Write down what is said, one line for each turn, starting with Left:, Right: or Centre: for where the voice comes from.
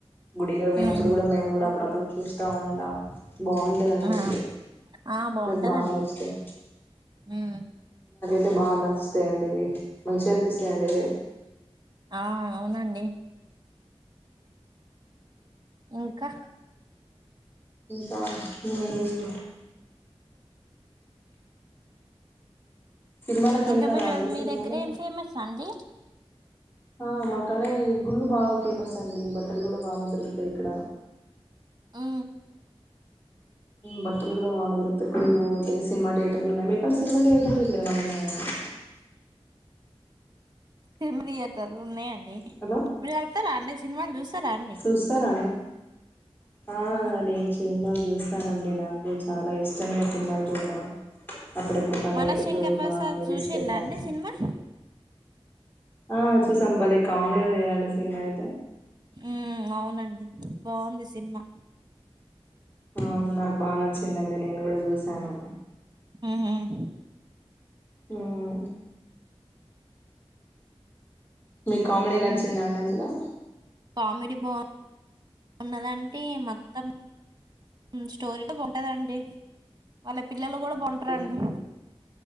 Left: గుడిలో పోయినప్పుడు
Right: ఉమ్,
Left: కూడా మేము కూడా అప్పుడప్పుడు చూస్తా ఉంటాం బాగుంటదండి
Right: ఆ ఆ బాగుంటదండి
Left: నాకు బాగా నచ్చుతాయి
Right: ఉమ్
Left: అంటే బాగా నచ్చుతయండి ఇవి మంచిగా అనిపిస్తయండి ఇవి
Right: ఆ అవునండి ఇంకా
Left: ఇంకా హ్మ్ సినిమాలకు వెళ్తారా
Right: ఇంకా మీరు
Left: అండి
Right: మీ
Left: సినిమాలు
Right: దగ్గర ఏం ఫేమస్ అండి
Left: ఆ మాకాడ ఈ గుళ్ళు బాగా ఫేమస్ అండి బట్టలు కూడా బాగానే దొరుకుతాయి ఇక్కడ
Right: హ్మ్
Left: బట్టలు కూడా బానే దొరుకుతాయి అదే సినిమా థియేటర్లునే మీ కాడ సినిమా థియేటర్లే ఎయయిన ఉన్నాయ అండి
Right: సిమ్తి యతారు నేం
Left: హలో
Right: మీరు వెళ్తారా అండి సినిమాలు చూస్తారా అండి
Left: చూస్తారా అండి ఆ
Right: ఆహా
Left: నే చె సిన్మల్ జ్యూస్స్తాన అండి నాకు అ చాలా ఇష్టమే తిన్నాలు చూడ్డం అప్పుడప్పుడు పండగలకు
Right: మన శంకర్ ప్రసాద్
Left: మా ఆయన
Right: చూసిలా
Left: తీసుకెళ్తాడు
Right: అండి సినిమా
Left: ఆ చూశాం బాలే కామెడి ఉంది కాదండి సినిమా అయితే
Right: ఉమ్ అవునండి బాగుంది సినిమా
Left: అవును నాకు బాగా నచ్చిందండి నేను కూడా చూశాను
Right: ఆ హుమ్
Left: ఉమ్ మీకు కామెడి
Right: మ్మ్.
Left: నచ్చిందండి అందులో
Right: కామెడీ బాగున్నదండి మొత్తం స్టోరీలో బగుంటదండి వాళ్ళ పిల్లలు కూడా
Left: అవునండి
Right: బావుంటారండి